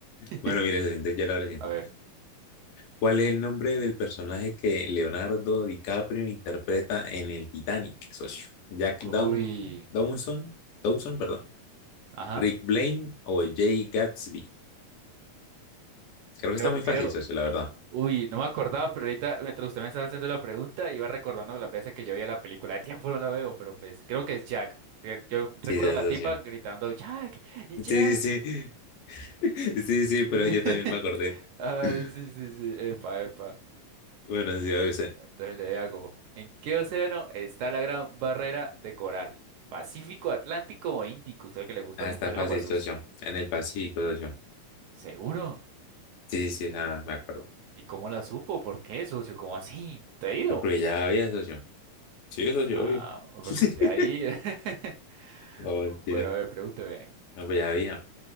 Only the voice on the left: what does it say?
Bueno, mira, socio, entonces ya lo hago la siguiente.
¿Cuál es el nombre del personaje que Leonardo DiCaprio interpreta en el Titanic, socio? ¿Jack
Down, Dawson? Dawson, perdón.
¿Rick Blaine o Jay Gatsby? Creo
que está muy fácil,
socio, la verdad.
Sí, ya
socio.
Sí, sí, sí. <laughs> Sí, sí,
pero yo también me acordé.
<clears throat>
Bueno, sí, a veces.
Ah,
está
fácil,
socio. En el Pacífico, socio.
Sí, sí, sí, ah, me acuerdo.
Pero Porque ya había, socio. Sí, socio,
obvio. <laughs>
No, mentira.
No, pues ya había.